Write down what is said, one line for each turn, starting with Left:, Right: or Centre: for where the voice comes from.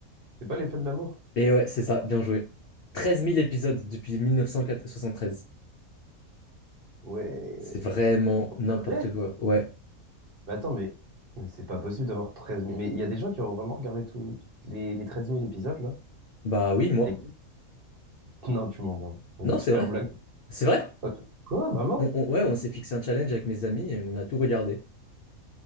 Right: C'est pas les feux de l'amour?
Left: Et ouais, c'est ça, bien joué. Treize mille épisodes depuis 1973.
Right: Ouais.
Left: C'est vraiment
Right: Pour
Left: n'importe
Right: de vrai?
Left: quoi. Ouais.
Right: Mais attends, mais, mais c'est pas possible d'avoir treize mille. Mais il y a des gens qui ont vraiment regardé tous les, les treize mille épisodes, là.
Left: Bah oui, moi.
Right: Ça existe Non, tu m'en bon.
Left: Non,
Right: C'est super
Left: c'est vrai.
Right: blague.
Left: C'est vrai?
Right: Ok. Quoi, vraiment?
Left: On, on- ouais, on s'est fixé un challenge avec mes amis et on a tout regardé.